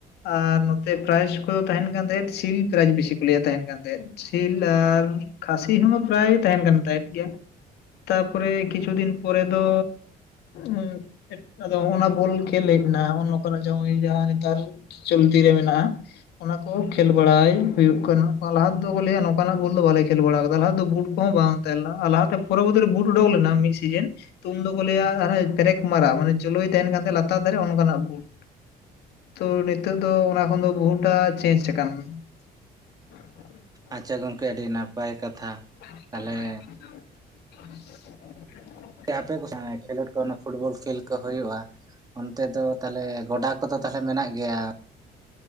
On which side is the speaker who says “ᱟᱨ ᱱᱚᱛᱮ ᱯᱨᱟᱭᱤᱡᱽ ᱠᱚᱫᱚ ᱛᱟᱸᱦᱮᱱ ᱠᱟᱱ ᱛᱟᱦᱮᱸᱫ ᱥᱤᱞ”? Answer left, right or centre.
Left